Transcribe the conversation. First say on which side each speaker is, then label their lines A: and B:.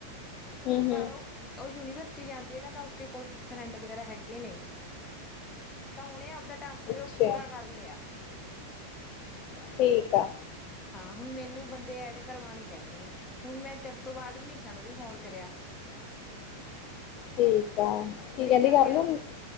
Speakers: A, on the left; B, on the left.
A: ਹਮ
B: ਪਰ
A: ਹਮ
B: ਉਹ ਉਹ ਯੂਨੀਵਰਸ ਜਾਂਦੀ ਹੈ ਨਾ ਤਾਂ ਉਸ ਕੋਲ ਫਰੈਂਡ ਵਗੈਰਾ ਹੈਗੇ ਨੇ ਤਾਂ ਹੁਨ ਆਪਦਾ ਟਾਸਕ
A: ਅੱਛਾ
B: ਪੂਰਾ ਕਰ ਲਿਆ
A: ਠੀਕ ਆ
B: ਹਾਂ ਹੁਣ ਮੈਨੂੰ ਬੰਦੇ ਐਡ ਕਰਵਾਣੇ ਪੇਜਨੇ ਹੁਣ ਮੈਂ ਤੇਰੇ ਤੋਂ ਬਾਅਦ ਮਨੀਸ਼ਾ ਨੂੰ ਵੀ ਫੋਨ ਕਰਿਆ
A: ਠੀਕ <unintelligible> ਕੀ
B: ਮਨੀਸ਼ਾ
A: ਕਹਿੰਦੀ
B: ਨੂੰ
A: ਕਰਲਊਗੀ
B: ਕਿਹਾ